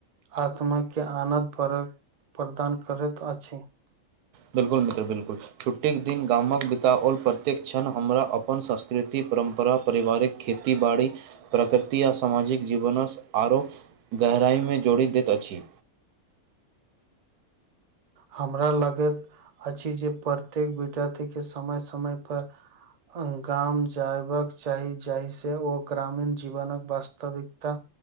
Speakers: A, on the right; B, on the right.
A: आत्माके आनद परत प्रदान करैत अछि
B: बिल्कुल मित्र बिल्कुल छुट्टीके दिन गामक बिताओल प्रत्येक क्षण हमरा अपन सस्ता संस्कृति परम्परा परिवारिक खेती बाड़ी प्रकृति आ सामाजिक जीवनसँ आरो गहराइमे जोड़ि दैत अछि
A: हमरा लगैत अछि जे प्रत्येक विद्यार्थी के समय समय पर गाम जायबाक चाही जाहिसँ ओ ग्रामीण जीवनक वास्तविकता